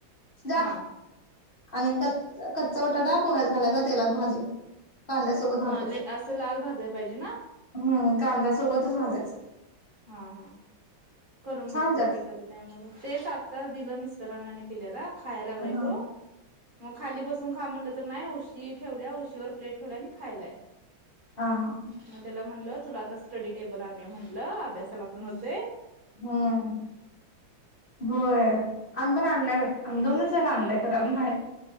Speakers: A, on the left; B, on the right.
A: जा
B: हा
A: आणि कच कच्चा बटाटा पोह्यात घालायचा तेलात भाजून. कांद्या सोबत भाजायच,
B: हा ले असं लाल भाजाय पाहिजे ना
A: हम्म कांद्या सोबतच भाजायचं.
B: हां हां. करून
A: छान
B: बघतोय
A: होत्यात.
B: की एखाद्या टाइमला तेच आता दिलं मिस्टरानां आणि पिल्याला. खाया लागलाय
A: हा
B: तो. मग खाली बसून खा म्हणलं तर, नाही उशी ठेवल्या उशीवर प्लेट ठेवलाय आणि खायलाय.
A: हा हा
B: म त्याला म्हणल तुला आता स्टडी टेबल आणूया म्हटलं अभ्यासाला पण होतंय
A: हम्म होय आमी पण आणलंय बाई आमी दोन वर्ष झालयं आणलंय. तर अजून हायचं.